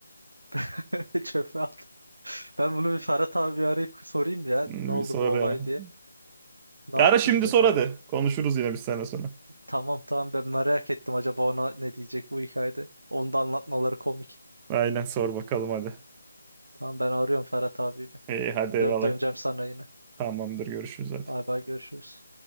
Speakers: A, on the right; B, on the right.
A: <laughs> Çöpe attı. Ben bunu bir Ferhat abi arayıp sorayım ya.
B: Hmm,
A: Ne oldu
B: Bir sonra
A: bu olay
B: ya.
A: diye. Ne
B: Ara
A: yaptınız
B: şimdi
A: acaba?
B: sor hadi. Konuşuruz yine bir sene sonra.
A: Tamam tamam ben merak ettim acaba ona ne diyecek bu hikayede. Onu da anlatmaları komik.
B: Aynen sor bakalım hadi.
A: Tamam ben arıyorum Ferhat abi bir.
B: İyi hadi eyvallah.
A: Dön döneceğim sana yine.
B: Tamamdır görüşürüz hadi.
A: Bay bay görüşürüz.